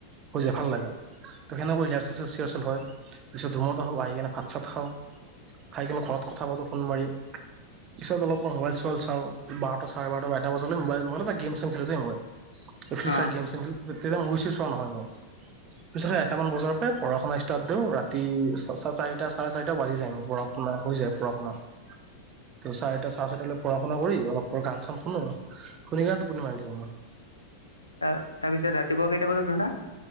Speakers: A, on the right; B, on the left.
A: হৈ যায় ভাল লাগে। ত সেনেকৈ ৰিহাৰ্চেল চিহাচেল হয়। পিছত ৰুমত আহো আহি কিনে ভাত চাত খাওঁ। খাই কিনে ঘৰত কথা পাতো ফোন মাৰি। পিছত অলপ মোবাইল চোবাইল চাওঁ। বাৰটা চাৰে বাৰটা এটা বজালে মোবাইল চোবাইল বা গেম চেম খেলো দেই মই। ফ্ৰী
B: অ
A: ফায়াৰ গেম তেতিয়া মোবাইল চোবাইল চোৱা নহয়। ম পিছে এটামান বজাৰ পৰা পঢ়া শুনা ষ্টাৰ্ট দিও ৰাতি চ চাৰিটা চাৰে চাৰিটা বাজি যাই পঢ়া হৈ যায় পঢ়া শুনাত
B: <inaudible>
A: ত চাৰিটা চাৰে চাৰিটা পঢ়া শুনা কৰি অলপৰ গান চান শুনো শুনি কে টোপনি মাৰি দিও অ
B: তাৰপিছত ৰাতিপুৱা কেইটা বজাত উঠা